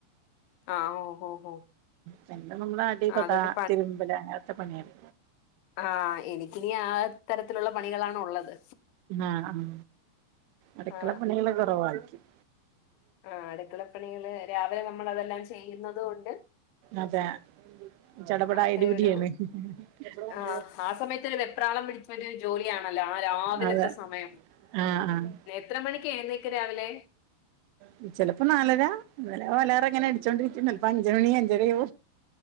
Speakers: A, on the left; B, on the right.
A: ആ ഓ ഹോ ഹോ
B: പിന്നെ നമ്മള് അടി
A: ആ
B: തൊട
A: അതുകൊണ്ട്
B: തിര്മ്പല് അങ്ങൻത്തെ പണ്യാള്
A: ആഹ് എനിക്കിനീ ആ തരത്തിലുള്ള പണികളാണ് ഉള്ളത്
B: ആഹ് അടുക്കള
A: ആ
B: പണികള് കാെറവായിരിക്കും
A: ആഹ് അടുക്കളപ്പണികള് രാവിലെ നമ്മള് അതെല്ലാം ചെയ്യുന്നത് കൊണ്ട്
B: അതെ ചട പടാ
A: അത്രയൊരു
B: എടുപടിയാണ്. എത്ര കുട്ടികള്.
A: ആ ആ സമയത്ത് ഒരു വെപ്രാളം പിടിച്ച ഒരു ജോലിയാണല്ലോ ആ രാവിലത്തെ
B: അതെ
A: സമയം
B: ആഹ് ആഹ്
A: എത്ര മണിക്കെഴുന്നേക്കും രാവിലെ.
B: ഉം ചിലപ്പം നാലര. അന്നേരം അലാറം ഇ ങ്ങനെ അടിച്ചോണ്ടിരിക്കും. ചിലപ്പോ അഞ്ചുമണി അഞ്ചര യോ.